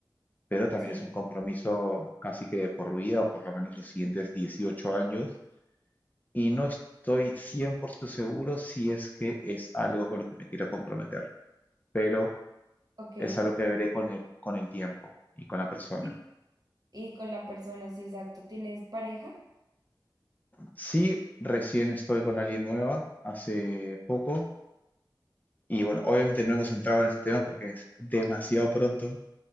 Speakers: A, on the left; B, on the right.
A: pero también
B: Sí,
A: es un compromiso casi que de por vida, o por lo menos los siguientes 18 años, y no estoy 100% seguro si es que es algo con lo que me quiero comprometer, pero
B: ok.
A: es algo que veré con el, con el tiempo y con la persona.
B: Sí. Y con la persona, sí, exacto. ¿Tienes pareja?
A: Sí, recién estoy con alguien nueva, hace poco, y bueno, obviamente no hemos entrado en ese tema porque es demasiado pronto,